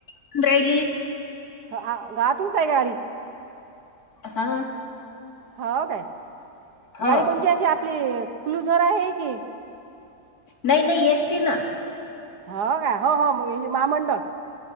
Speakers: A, on the left; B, on the right.
A: <unintelligible>
B: ह गा तुमच आहे का गाडी?
A: हा.
B: हो काय
A: हो
B: गाडी कोणची अशी आपली क्लूज वर आहे की...
A: नाही नाही येसटी ना..
B: हो का हो हो महामंडळ.